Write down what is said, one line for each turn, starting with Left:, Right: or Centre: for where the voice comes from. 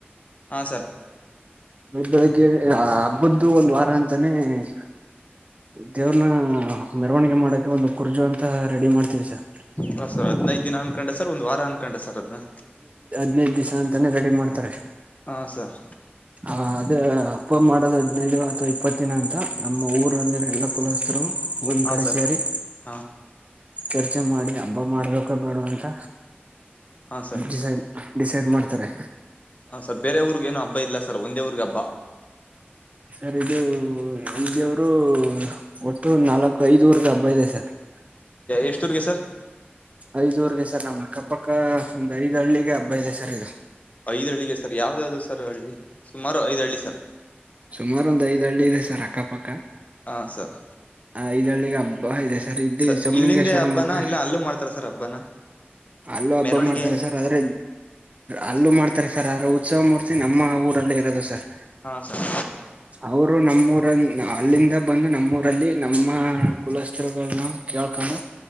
Left: ಹಾ ಸರ್
Right: ಮ ಬೆಳ <unintelligible> ಬಂದು ಒಂದು ವಾರ ಅಂತಾನೆ- ದೇವ್ರನ್ನ ಮೆರವಣಿಗೆ ಮಾಡಕ ಒಂದು 'ಕುರ್ಜು' ಅಂತ ರೆಡಿ ಮಾಡ್ತೀವಿ ಸರ್.
Left: ಹರ್ ಹದನೈದು ದಿನ. <unintelligible> ಅಕೊಂಡ ಸರ್ ಒಂದ್ ವಾರ ಅನ್ಕೊಂಡ ಸರ್ ಅದನ್ನ. <unintelligible>
Right: ಹದಿನೈದು ದಿವ್ಸ ಅಂತಾನೇ ರೆಡಿ ಮಾಡ್ತಾರೆ.
Left: ಹಾ, ಸರ್,,
Right: ಅ್ ಅದೇ ಅಪ್ಪ ಮಾಡೋದು ಹದ್ಿನೈದು ಅಥವಾ ಇಪ್ಪತ್ತ ದಿನ ಅಂತ ನಮ್ಮ ಊರಲ್ಲಿ ಎಲ್ಲ ಕುಲಸ್ತರು <unintelligible> ಒಂದ್
Left: ಹಾ
Right: ಕಡೆ
Left: ಸರ್
Right: ಸೇರಿ.
Left: ಹಾ
Right: ಚರ್ಚೆ ಮಾಡಿ ಹಬ್ಬ ಮಾಡ್ಬೇಕ ಬೇಡ ಅಂತ.
Left: ಹಾ, ಸರ್
Right: ಡಿಸೈಡ್ ಡಿಸೈಡ್ ಮಾಡ್ತಾರೆ
Left: ಹ, ಸರ್ ಬೇರೆ ಊರ್ಗ ಏನ ಹಬ್ಬ ಇಲ್ಲ ಸರ್ ಒಂದೇ ಊರ್ಗೆ ಹಬ್ಬ.
Right: ಸರ್ ಇದು ಇದೇವರು ಒಟ್ಟು ನಾಲ್ಕು ಐದುವರೆದ ಹಬ್ಬ ಇದೆ ಸರ್. <unintelligible>
Left: ಎಷ್ಟೋಿಗೆ ಸರ್ <unintelligible>
Right: ಐದುಊರ್ಗೆ ಸರ್ ನಮ್ಮ ಅಕ್ಕಪಕ್ಕ ಒಂದ್ ಐದ್ ಹಳ್ಳಿಗೆ ಹಬ್ಬ ಇದೆ ಸರ್ ಇದು.
Left: ಐದಳ್ಳಿಗೆ ಸರ್ ಯಾವ್ದ ಯಾವ್ದು ಸರ್ ಹಳ್ಳಿ. ಸುಮಾರು ಐದು ಹಳ್ಳಿ ಸರ್
Right: ಸುಮಾರು ಒಂದ್ ಐದು <unintelligible> ಹಳ್ಳಿಇದೆ ಸರ್ ಅಕ್ಕಪಕ್ಕ.
Left: ಹಾ, ಸರ್,,,
Right: ಐದ್ ಹಳ್ಳಿಗ್ ಹಬ್ಬ ಇದೆ ಸ್ ಇದ್ದೆ
Left: ಸರ್
Right: ಸಮಲಿಂಗೇಶ್ವರಂ
Left: ಇಲ್ಲಿಂದೆ ಹಬ್ಬನ
Right: ಮತ್ತೆ
Left: ಇಲ್ಲ ಅಲ್ಲೂ ಮಾಡ್ತಾರ ಸರ್ ಹಬ್ಬನ
Right: ಅಲ್ಲು ಹಬ್ಬ
Left: ಮೆರವಣಿಗೆ
Right: ಮಾಡ್ತಾರೆ ಸರ್ ಆದ್ರೆ ಅಲ್ಲೂ ಮಾಡ್ ತ್ತರೆ ಸರ್ ಅರೆ ಉತ್ಸವ ಮೂರ್ತಿ ನಮ್ಮ ಊರಲ್ಲೇ ಇರೋದು ಸರ್
Left: ಹಾ ಸರ್
Right: ಅವರು ನಮ್ಮೂರನ್ ಅಲ್ಲಿಂದ ಬಂದು ನಮ್ಮೂರಲ್ಲಿ ನಮ್ಮ ಕುಲಸ್ಥತ್ರಗಳ್ನ್ನ ಕೇಳ್ಕೊಂಡು